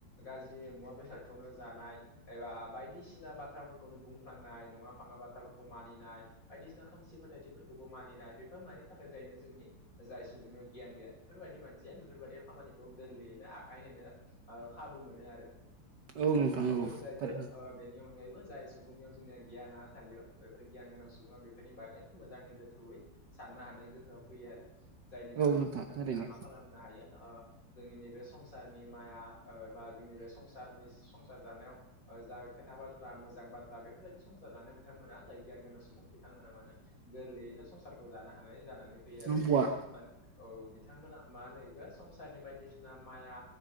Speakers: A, on the left; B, on the right.
A: गाज्रि मुवा बेसादखौनो जानाय एबा बायदिसि ना बाथ्राफोरखौनो बुंफ्लांनाय नङा फाङा बाथ्राफोरखौ मानिनाय बायदिसिना खोमसि फोथायथिफोरखौबो मानिनाय बेफोर मानि थाखाय जायनो जोंनि जाय सुबुंनियाव गियान गैया बेफोरबायदि मानसिया बेफोरबायाददि खामानिखौ गोरलैयैनो आखाइ होनो ओ खाबु मोनो आरो
B: औ नोंथां
A: बेनि
B: औ
A: अनगायैबो
B: थारैनो
A: ओ बेनि अनगायैबो जाय सुबुंनियाव जोंनिया गियाना थायो बेफोर गियान गोनां सुबुङा बेफोरनि बागै मोजाङै गोथौयै साननो हानाय गोहोआ फैयो आरो जायनि जाहोनाव
B: औ नोंथां
A: बिथांमोना
B: थारैनो
A: मा खालामनो हायो ओ जोंनि नैबे संसारनि माया ओ बा जोंनि बे संसारनि संसार जानायाव ओ जाय खोथा बाथ्रा मोजां बाथ्रा बेफोरबायदि संसारानो बिथांमोना जाय गियान गोनां सुबुं बिथांमोना मानो गोरलैयैनो संसारखौ जानो हानाय जानानै फैयो आरो
B: नों बवा
A: मा औ बिथांमोना मा होनो बेखौ संसारनि बायदिसिना माया